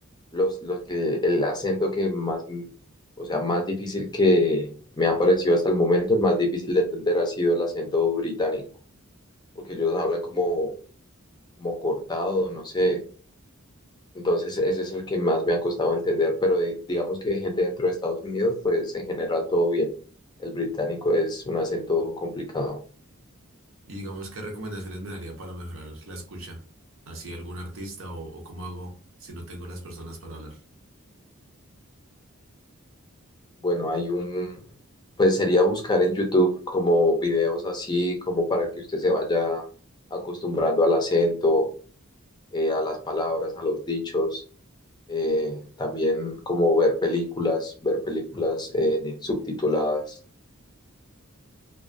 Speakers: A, on the left; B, on the right.
A: Los, los que, el acento que más, m- o sea, más difícil que me ha parecido hasta el momento, el más difícil de entender ha sido el acento británico, porque ellos hablan como, como cortado, no sé, Entonces, ese es el que más me ha costado entender, pero de- digamos que de gente dentro de Estados Unidos, pues en general todo bien. El británico es un acento complicado.
B: Y digamos, ¿qué recomendaciones me daría para mejorar la escucha? ¿Así algún artista o, o cómo hago si no tengo las personas para hablar?
A: Bueno, hay un, pues sería buscar en YouTube como videos así, como para que usted se vaya acostumbrando al acento, eh, a las palabras, a los dichos. eh, también como ver películas, ver películas eh, subtituladas